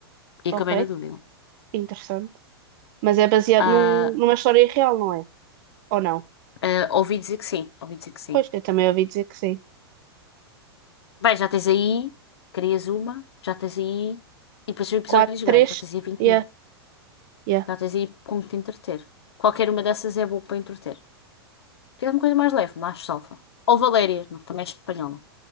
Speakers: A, on the left; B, on the right.
A: E acabei
B: Ok,
A: na dúvida.
B: interessante. Mas é baseado
A: Ah,
B: num- numa história real, não é? Ou não?
A: Ah, ouvi dizer que sim, ouvi dizer que sim.
B: Pois, eu também ouvi dizer que sim.
A: Bem, já tens aí, crias uma, já tens aí, e depois são episódios
B: Quatro, três,
A: grandes, já tens aí 20
B: yeah,
A: mil.
B: yeah.
A: Já tens aí com que te entreter. Qualquer uma dessas é boa para entreter. Queres uma coisa mais leve, mais salfa. Ou Valéria, não, também é espanhola.